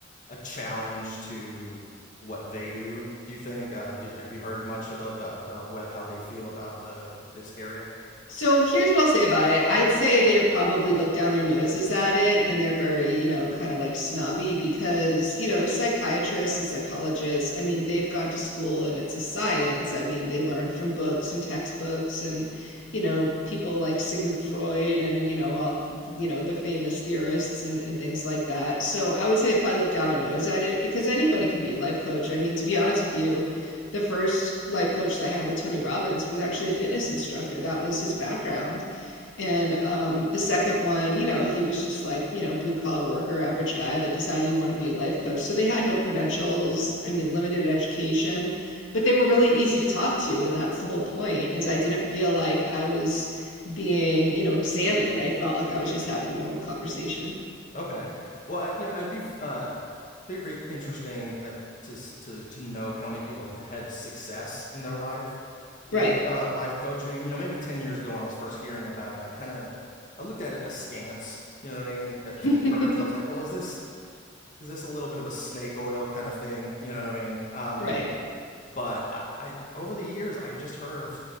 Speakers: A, on the left (about 40°); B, on the left (about 80°).
A: a challenge to what they do? Do you think? Uh, do, have you heard much about about what, how they feel about uh, this area?
B: So here's what I'll say about it. I'd say they probably look down their noses at it and they're very, you know, kind of like snobby because, you know, psychiatrists and psychologists, I mean, they've gone to school and it's a science. I mean, they learn from books and textbooks and, you know, people like Sigmund Freud and, you know, all, you know, the famous theorists and, and things like that. So I would say they probably look down their nose at it because anybody can be a life coach. I mean, to be honest with you, the first life coach that I had with Tony Robbins was actually a fitness instructor. That was his background. And um, the second one, you know, he was just like, you know, blue collar worker, average guy that decided he wanted to be a life coach. So they had no credentials, I mean, limited education, but they were really easy to talk to. And that's the whole point is I didn't feel like I was being, you know, examined. I felt like I was just having a normal conversation.
A: Okay. Well, I, you know, I'd be uh, be interesting uh, to s- to to note how many people have had success in their life with
B: Right.
A: uh, life coaching. You know, maybe ten years ago when I was first hearing about it, I kind of I looked at it askance. You know what I mean? At,
B: <laughs>
A: at first, I was like, well, is this is this a little bit of a snake oil kind of thing? You know what I mean? Um,
B: right.
A: but I, I over the years I've just heard of